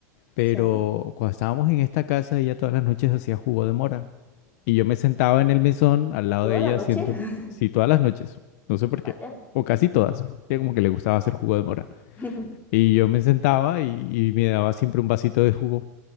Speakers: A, on the left (about 65°); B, on the left (about 20°).
A: Pero
B: Sí,
A: cuando estábamos en esta casa, ella todas las noches hacía jugo de mora. Y yo me sentaba en el mesón al lado
B: todas
A: de ella
B: las noches.
A: haciendo,
B: <laughs>
A: sí, todas las noches. No sé por qué.
B: Vaya.
A: O casi todas. Ella como que le gustaba hacer jugo de mora.
B: <laughs>
A: Y yo me sentaba y, y me daba siempre un vasito de jugo